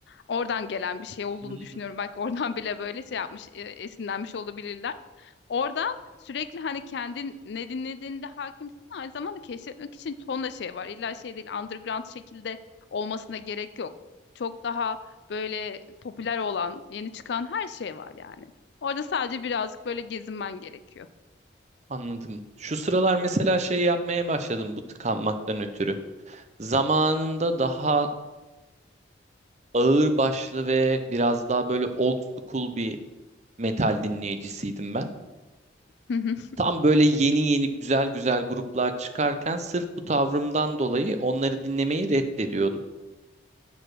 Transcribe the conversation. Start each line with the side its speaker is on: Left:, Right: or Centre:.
Left: Oradan gelen bir şey olduğunu
Right: Hmm,
Left: düşünüyorum. Belki oradan bile böyle şey yapmış, e, esinlenmiş olabilirler. Orada sürekli hani kendin ne dinlediğinde hakimsin aynı zamanda keşfetmek için tonla şey var. İlla şey değil underground şekilde olmasına gerek yok. Çok daha böyle popüler olan, yeni çıkan her şey var yani. Orada sadece birazcık böyle gezinmen gerekiyor.
Right: anladım. Şu sıralar mesela şey yapmaya başladım bu tıkanmaktan ötürü. Zamanında daha ağır başlı ve biraz daha böyle old school bir metal dinleyicisiydim ben.
Left: Hı hı.
Right: Tam böyle yeni yeni güzel güzel gruplar çıkarken sırf bu tavrımdan dolayı onları dinlemeyi reddediyordum.